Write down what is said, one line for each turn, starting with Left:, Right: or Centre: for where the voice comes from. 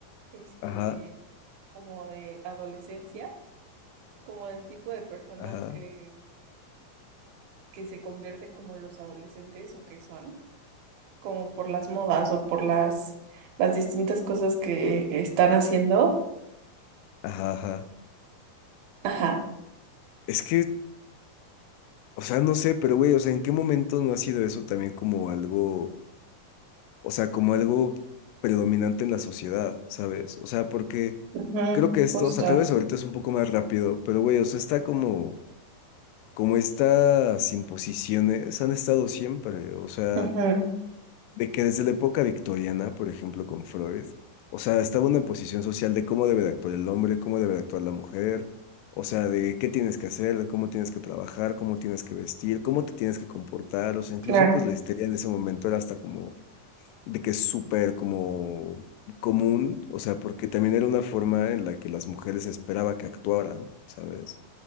Right: este,
Left: ajá,
Right: como de adolescencia, como del tipo de personas
Left: ajá,
Right: que, que se convierten como los adolescentes o que son, como por las modas o por las, las distintas cosas que están haciendo.
Left: ajá, ajá.
Right: Ajá,
Left: Es que, o sea, no sé, pero güey, o sea, ¿en qué momento no ha sido eso también como algo? o sea, como algo predominante en la sociedad, ¿sabes? O sea, porque
Right: ujú,
Left: creo que esto,
Right: justo,
Left: o sea, tal vez ahorita es un poco más rápido, pero güey, o sea, está como, como estas imposiciones han estado siempre, o sea,
Right: ujú,
Left: de que desde la época victoriana, por ejemplo, con Freud, o sea, estaba una imposición social de cómo debe de actuar el hombre, cómo debe de actuar la mujer. O sea, de qué tienes que hacer, de cómo tienes que trabajar, cómo tienes que vestir, cómo te tienes que comportar. O sea, incluso
Right: claro,
Left: pues la histeria en ese momento era hasta como de que es súper como común, o sea, porque también era una forma en la que las mujeres esperaba que actuaran, ¿sabes?